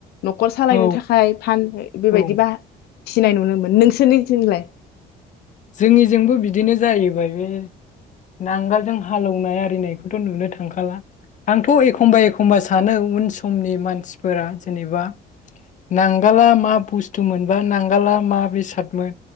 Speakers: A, on the left (about 70°); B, on the left (about 45°).
A: न'खर सालायनो
B: औ
A: थाखाय फानो बेबायदिबा
B: औ
A: फिनाय नुनो मोनो नोंसोरनिथिंलाय?
B: जोंनिजोंबो बिदिनो जाहैबायलै नांगोलजों हालौवनाय आरिनायखौथ' नुनो थांखाला आंथ' एखमबा एखमबा सानो उन समनि मानसिफोरा जेनेबा नांगाला मा बुस्थुमोनबा नांगाला मा बेसादमोन